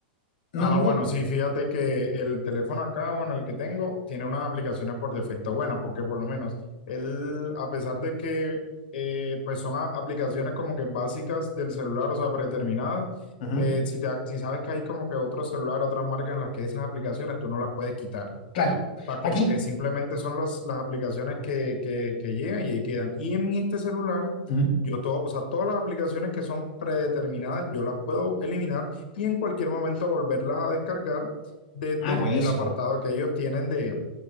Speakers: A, on the left; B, on the left.
A: No,
B: Ah,
A: no.
B: bueno, sí, fíjate que el teléfono acá, bueno, el que tengo, tiene unas aplicaciones por defecto buenas, porque por lo menos él, a pesar de que, eh, pues son a- aplicaciones como que básicas del celular, o sea, predeterminadas,
A: Ujú,
B: eh, si, te, si sabes que hay como que otro celular, otras marcas en las que esas aplicaciones tú no las puedes quitar.
A: Claro.
B: sea, como
A: Aquí.
B: que simplemente son las, las aplicaciones que, que, que llegan y ahí quedan. Y en este celular,
A: ujú.
B: yo todo, o sea, todas las aplicaciones que son predeterminadas, yo las puedo eliminar y en cualquier momento volverlas a descargar desde
A: Ah, buenísimo.
B: el apartado que ellos tienen de,